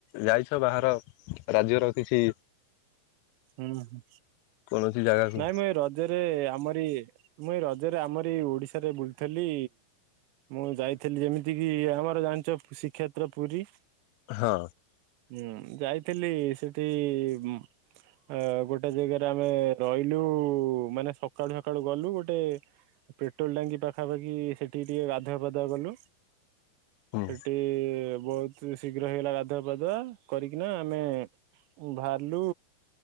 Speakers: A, on the left; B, on the right.
A: ଯାଇଛ ବାହାର ରାଜ୍ୟର କିଛି,
B: ହୁଁ ହୁଁ,
A: କୌଣସି ଜାଗାକୁ
B: ନାଇଁମ ଏ ରଜରେ ଆମଆ ମୁଁ ଏଇ ରଜରେ ଆମରି ଓଡିଶାରେ ବୁଲଥେଲି ମୁଁ ଯାଇଥିଲି ଯେମିତି କିି ଆମର ଜାଣିଛ ଶ୍ରୀକ୍ଷେତ୍ର ପୁରୀ।
A: ହଁ।
B: ହୁଁ ଯାଇଥିଲି ସେଠି ଇ ଅ ଗୋଟେ ଜେଗାରେ ଆମେ ରହିଲୁ, ଉ ମାନେ ସକାଳୁ ସକାଳୁ ଗଲୁ ଗୋଟେ ପେଟ୍ରୋଲ ଟାଙ୍କି ପାଖାପାଖି ସେଠି, ଏଠି ଟିକେ ଗଧୁଆ ପାଧୁଆ କଲୁ,
A: ହୁଁ
B: ହେଠି ବହୁତ ଶୀଘ୍ର ହେଇଗଲା ଗାଧୁଆ ପାଧୁଆ, କରିକିନା ଆମେ ବାହାରିଲୁ